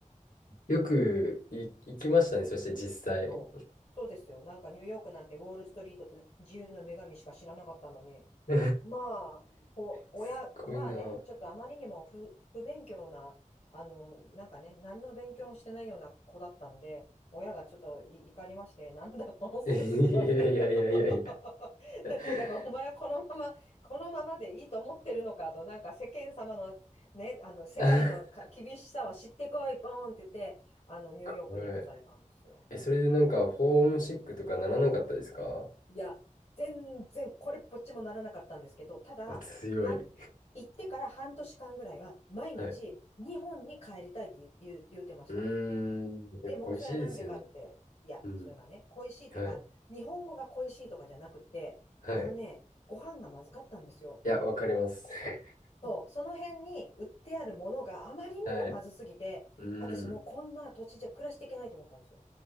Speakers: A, on the left; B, on the left.
A: よくい行きましたね。そして実際。
B: そう、そうですよ。なんかニューヨークなんてウォールストリートって自由の女神しか知らなかったのに。
A: <laughs>
B: まあ、お、親、
A: すっごいな。
B: まあね、ちょっとあまりにも不、不勉強な、あの、なんかね、何の勉強もしてないような子だったので、親がちょっとい怒りまして、なんだこの成績はみたいな。
A: いやいやいやいやいや。
B: <laughs>
A: <laughs>
B: だからお前はこのまま、このままでいいと思ってるのかと、なんか世間様のね、あの世界のか厳しさを知ってこい、
A: は
B: ボーンって言って、あのニューヨークに行かされたんですよ。
A: い。<laughs> え、それでなんか、ホームシックとかならなかったですか
B: いや、全然これっぽっちもならなかったんですけど、ただ、
A: 強い。
B: 半行ってから半年間ぐらいは、毎日日本に帰りたいって言う、
A: はい。
B: 言うてました。
A: うーん。やっぱ恋しいですよね。
B: でも、それはなんでかって、いや、
A: うん。
B: それがね、恋しいっていうか、
A: はい。
B: 日本語が恋しいとかじゃなくて、
A: はい。
B: あのね、ご飯がまずかったんですよ。
A: いや、わかります。<laughs>
B: そう、その辺に売ってあるものがあまりにもまずすぎて、
A: はい。うーん。
B: 私もうこんな土地じゃ暮らしていけないと思ったんですよ。